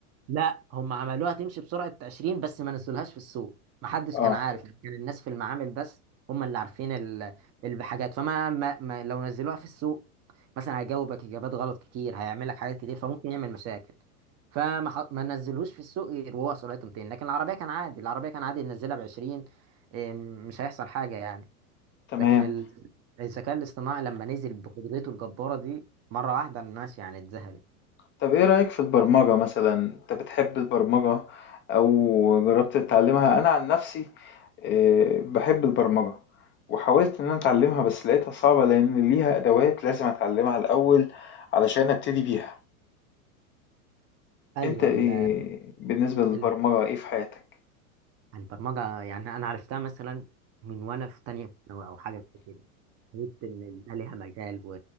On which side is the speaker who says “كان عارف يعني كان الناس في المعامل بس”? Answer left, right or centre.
Right